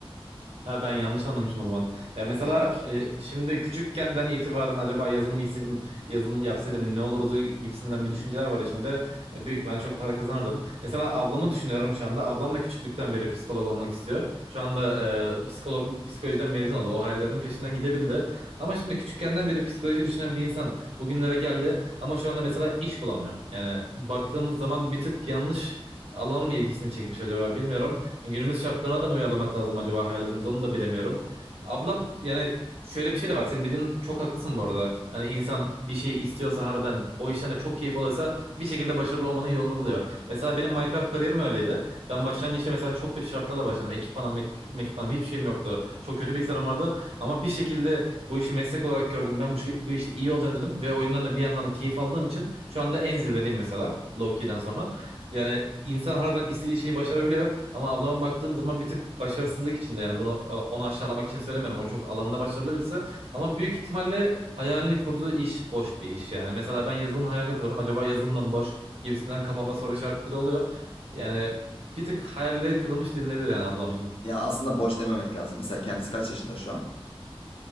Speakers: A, on the right; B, on the left.
A: Ha ben yanlış anlamışım o zaman. Ya mesela
B: Olabilir.
A: e, şimdi küçükkenden itibaren acaba yazılım isteseydim, yazılım yapsaydım ne olurdu gibisinden bir düşünceler var içimde. E, büyük ihtimalle çok para kazanırdım. Mesela ablamı düşünüyorum şu anda. Ablam da küçüklükten beri psikolog olmak istiyor. Şu anda e, psikolog psikolojiden mezun oldu. O hayallerinin peşinden gidebildi. Ama şimdi küçükkenden beri psikoloji düşünen bir insan bugünlere geldi ama şu anda mesela iş bulamıyor. Yani baktığımız zaman bir tık yanlış alan mı ilgisini çekmiş acaba bilmiyorum. Günümüz şartlarına da mı uyarlamak lazım acaba hayallerimizi onu da bilemiyorum. Ablam yani şöyle bir şey de var. Senin dediğin çok haklısın bu arada. Hani insan bir şey istiyorsa harbiden o işten de çok keyif alıyorsa bir şekilde başarılı olmanın yolunu buluyor. Mesela benim Minecraft kariyerim öyleydi. Ben başlangıçta mesela çok kötü şartlarla başladım. Ekipmanım, mek- ekipmanım hiçbir şeyim yoktu. Çok kötü bilgisayarım vardı. Ama bir şekilde bu işi meslek olarak gördüm. Ben bu, şey, bu işte iyi olacağım dedim. Ve oyundan da bir yandan keyif aldığım için şu anda en zirvedeyim mesela. Low-key'den sonra. Yani insan harbiden istediği şeyi başarabiliyor. Ama ablama baktığım zaman bir tık başarısızlık içinde yani bunu e, onu aşağılamak için söylemiyorum. O çok alanında başarılı birisi ama büyük ihtimalle hayalini kurduğu iş boş bir iş yani. Mesela ben yazılımın hayalini kuruyorum. Acaba yazılım da mı boş gibisinden kafamda soru işaretleri oluyor. Yani bir tık hayalleri kırılmış denilebilir yani ablam için.
B: Ya aslında boş dememek lazım. Mesela kendisi kaç yaşında şu an?